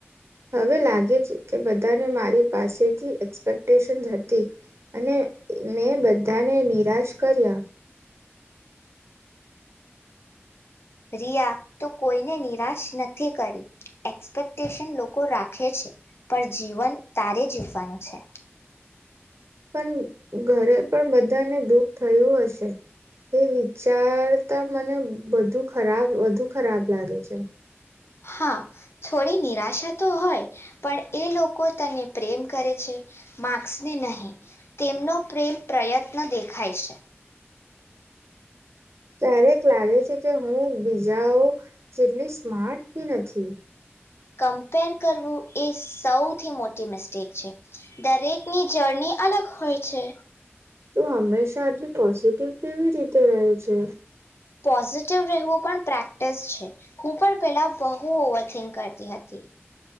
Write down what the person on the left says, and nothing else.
રિયા તો કોઈને નિરાશ નથી કરી. એક્સપેક્ટેશન લોકો રાખે છે પણ જીવન તારે જીવવાનું છે.
હા થોડી નિરાશા તો હોય પણ એ લોકો તને પ્રેમ કરે છે માર્ક્સને નહીં. તેમનો પ્રેમ પ્રયત્ન દેખાય છે.
કમ્પેર કરવું એ સૌથી મોટી મિસ્ટેક છે દરેકની જર્ની અલગ હોય છે.
પોઝિટિવ રહેવું પણ પ્રેક્ટ ટીસ છે. હું પણ પેલા બહુ ઓવરથીક કરતી હતી.